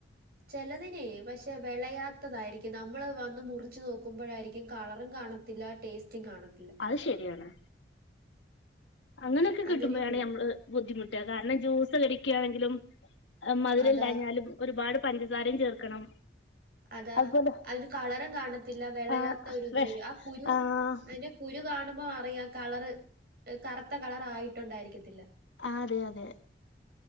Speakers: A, on the right; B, on the left.
A: ചിലത് -ലതിനെ പക്ഷെ വിളയാത്തതായിരിക്കും. നമ്മൾ വന്ന് മുറിച്ച് നോക്കുമ്പോഴായിരിക്കും കളറും കാണത്തില്ല ടേസ്റ്റി കാണുന്നത്
B: അത് ശെരിയാണ് അങ്ങനെയൊക്കെ കിട്ടുമ്പോഴാണ്
A: അങ്ങനെയും വരും
B: നഞമ്മള് ബുദ്ധിമുട്ടുക കാരണം ജ്യൂസ് കടിക്കുകയാണെങ്കിലും മതിരല്ല്യാഞ്ഞാലും
A: അതാ
B: ഒരുപാട് പഞ്ചസാരയും ചേർക്കണം
A: അതാ
B: അതുപോലെ
A: അതിന് കളറും കാണത്തില്ല വിളയാത്ത
B: ആഹ്
A: ഒ ഇത്
B: വെഷ്
A: വരും ആ കുരു
B: ആഹ്
A: അതിന്റെ കുരു കാണുമ്പോ അറിയാം കളറ് കറുത്ത കളർ ആയിട്ടുണ്ടായിരിക്കത്തില്ല
B: ആ അതെ അതെ